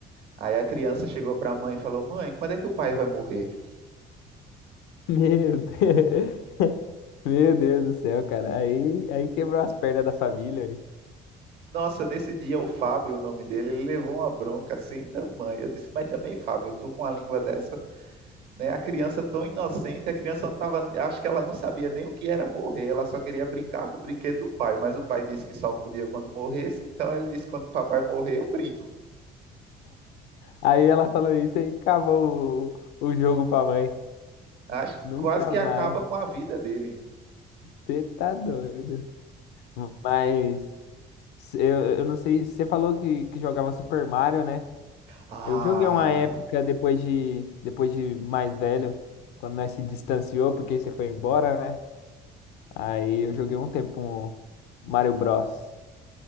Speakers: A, on the right; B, on the left.
A: Aí a criança chegou para a mãe e falou: Mãe, quando é que o pai vai morrer?
B: Meu Deus. <laughs> Meu Deus do céu, cara. Aí, aí quebrou as pernas da família. Aí,
A: Nossa, nesse dia o Fábio, o nome dele, ele levou uma bronca sem tamanho. Eu disse: Mas também, Fábio, tu com a língua dessa? né? A criança tão inocente, a criança não tava, acho que ela não sabia nem o que era morrer, ela só queria brincar com o brinquedo do pai, mas o pai disse que só podia quando morresse, então ele disse quando o papai morrer, eu brinco.
B: aí ela falou isso e acabou o, o jogo pra mãe.
A: Acho que
B: Nunca
A: quase que
B: mais.
A: acaba com a vida dele.
B: Você tá doido. Mas eu, eu não sei. Você falou que, que jogava Super Mario, né?
A: Ah,
B: Eu joguei uma época depois de depois de mais velho, quando nós se distanciou, porque você foi embora, né? Aí eu joguei um tempo um Mario Bros.